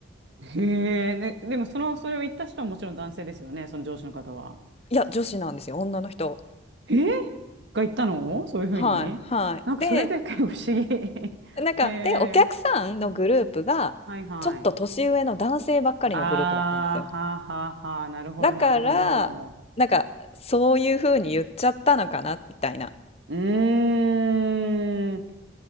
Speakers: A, on the right; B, on the left.
A: へえ、ね、でもその、それを言った人はもちろん男性ですよね、その上司の方は。
B: いや、女子なんですよ、女の人。
A: えーが言ったのそういうふうになんかそれで結構不思議。
B: はい、はい。で、
A: <laughs>
B: なんか、
A: へえ、
B: で、お客さんのグループが、
A: はいはい。
B: ちょっと年上の男性ばっかりのグループだったんですよ。
A: ああ、はあはあはあ、なるほどなるほど。
B: だから、なんか、そういう風に言っちゃったのかな、みたいな。
A: うーん。